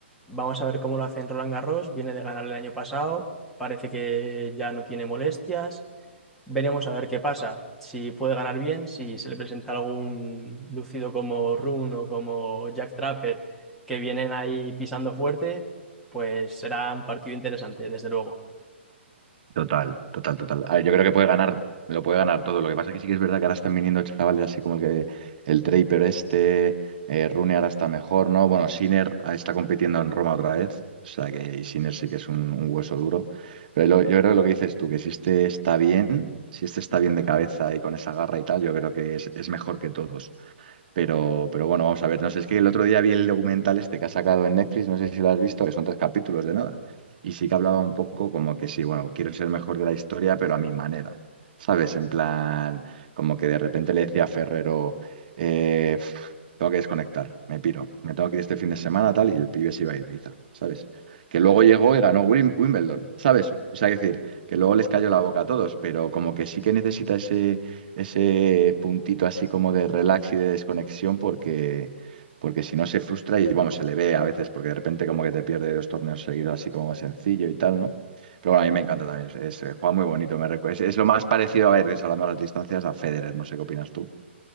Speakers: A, in the centre; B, on the right.
A: vamos a ver cómo lo hace en Roland Garros. Viene de ganar el año pasado, parece que ya no tiene molestias. Veremos a ver qué pasa. Si puede ganar bien, si se le presenta algún lucido como Rune o como Jack Trapper que vienen ahí pisando fuerte, pues será un partido interesante, desde luego.
B: Total, total, total. A ver, yo creo que puede ganar, lo puede ganar todo. Lo que pasa que sí que es verdad que ahora están viniendo chavales así como el que el Draper este, eh, Rune ahora está mejor, ¿no? Bueno, Sinner ah, está compitiendo en Roma otra vez. O sea que y Sinner sí que es un, un hueso duro. Pero lo- yo creo que lo que dices tú, que si este está bien, si este está bien de cabeza y con esa garra y tal, yo creo que es, es mejor que todos. Pero, pero bueno, vamos a ver. No sé, es que el otro día vi el documental este que ha sacado en Netflix, no sé si lo has visto, que son tres capítulos de nada. Y sí que hablaba un poco como que sí, bueno, quiero ser el mejor de la historia, pero a mi manera. ¿Sabes? En plan, como que de repente le decía a Ferrero, eh, "Pf, tengo que desconectar, me piro, me tengo que ir este fin de semana, tal, y el pibe se iba a Ibiza, ¿sabes? Que luego llegó y ganó Wim- Wimbledon, ¿sabes? O sea, es decir, que luego les cayó la boca a todos, pero como que sí que necesita ese ese puntito así como de relax y de desconexión porque, porque si no se frustra y bueno, se le ve a veces porque de repente como que te pierde dos torneos seguidos así como sencillo y tal, ¿no? Pero bueno, a mí me encanta también, es, es, eh, juega muy bonito, me recu- es, es lo más parecido a ver, que hablando de las distancias, a Federer, no sé qué opinas tú.